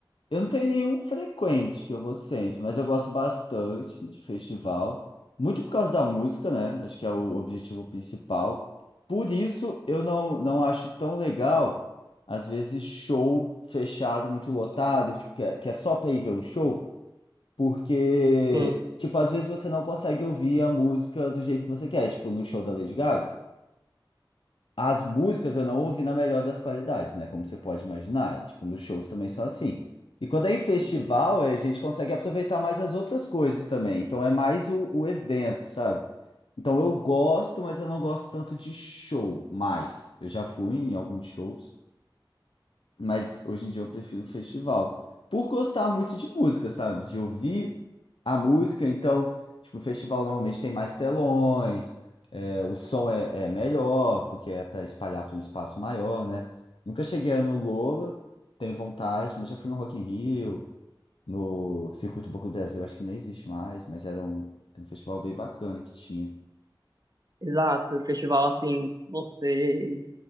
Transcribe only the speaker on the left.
Eu não tenho nenhum frequente que eu vou sempre, mas eu gosto bastante de festival, muito por causa da música, né? Acho que é o objetivo principal. Por isso eu não, não acho tão legal, às vezes, show fechado, muito lotado, tipo, que é, que é só para ir ver o show, porque,
tipo, às vezes você não consegue ouvir a música do jeito que você quer, tipo, no show da Lady Gaga. As músicas eu não ouvi na melhor das qualidades, né? Como você pode imaginar. E, tipo, nos shows também só assim. E quando é em festival,
eh, a gente consegue aproveitar mais as outras coisas também. Então é mais o, o evento, sabe? Então eu gosto, mas eu não gosto tanto de show mais. Eu já fui em alguns shows. Mas hoje em dia eu prefiro o festival. Por gostar muito de música, sabe? De ouvir a música. Então, tipo, o festival normalmente tem mais telões, é, o som é, é melhor, porque é para espalhar para um espaço maior, né? Nunca cheguei no Lola, tenho vontade, mas já fui no Rock in Rio, no Circuito Boca do Brasil, acho que nem existe mais, mas era um, era um festival bem bacana que tinha.